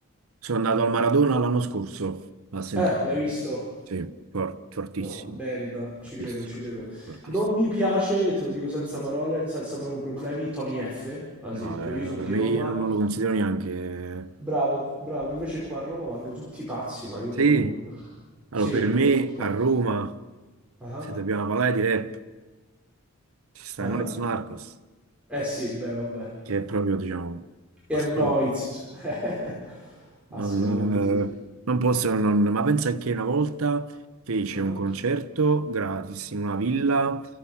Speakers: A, on the right; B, in the centre.
A: Sono andato al Maradona l'anno scorso a sentirlo.
B: Eh, l'hai visto?
A: Sì, for- fortissimo,
B: No, merita, ci
A: fortissimo,
B: credo, ci credo.
A: fortissimo.
B: Non mi piace, te lo dico senza parole, senza proprio problemi, Tony F, ad
A: No,
B: esempio.
A: eh,
B: Io sono
A: per
B: di
A: me
B: Roma,
A: io non non lo considero neanche.
B: Bravo, bravo. Invece qua a Roma vanno tutti pazzi, ma io
A: Sì,
B: proprio non...
A: allora
B: Sì,
A: per
B: non
A: me
B: le sopporto.
A: a Roma,
B: Ah,
A: se dobbiamo parlare di rap, ci sta
B: ah.
A: Noyz Narcos,
B: Eh sì, beh, vabbè.
A: che è proprio, diciamo,
B: Ernoiz.
A: la storia.
B: <laughs>
A: Non,
B: Assolutamente
A: eh,
B: sì.
A: non posso non, ma pensa che una volta fece
B: Ah,
A: un concerto gratis in una villa